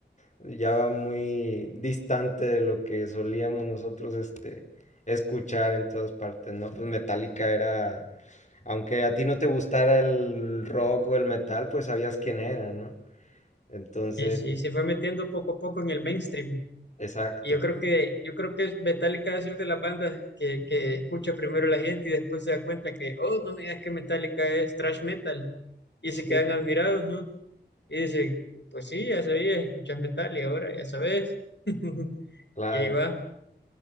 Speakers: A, on the left; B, on the left.
A: ya va muy distante de lo que solíamos nosotros, este, escuchar en todas partes, ¿no? Pues Metallica era aunque a ti no te gustara el rock o el metal, pues sabías quién era, ¿no? Entonces,
B: sí, sí, se fue metiendo poco a poco en el mainstream.
A: exacto.
B: Y yo creo que, yo creo que Metallica es de las bandas que, que escucha primero la gente y después se da cuenta que, oh, no me digas que Metallica es thrash metal. Y
A: Sí,
B: se quedan admirados, ¿no? Y dicen, pues sí, ya sabías, escuchas metal y ahora ya sabes. <laughs>
A: claro.
B: Y ahí va.